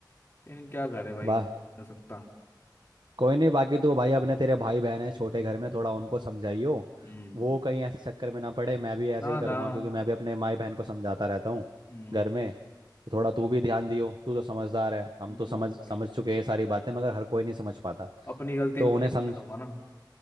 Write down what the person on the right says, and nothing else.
वाह
कोई नहीं बाकी तो भाई अपने तेरे भाई बहन है छोटे घर में थोड़ा उनको समझाइयो
वो कहीं ऐसे चक्कर में ना पड़े मैं भी ऐसे
ही करूँगा
क्योंकि मैं भी अपने माई बहन को समझाता रहता हूँ
घर में तो थोड़ा तू भी ध्यान दियो तू तो समझदार है हम तो
समझ
समझ चुके हैं सारी बातें मगर हर कोई नहीं समझ पाता
तो
उन्हें
समझ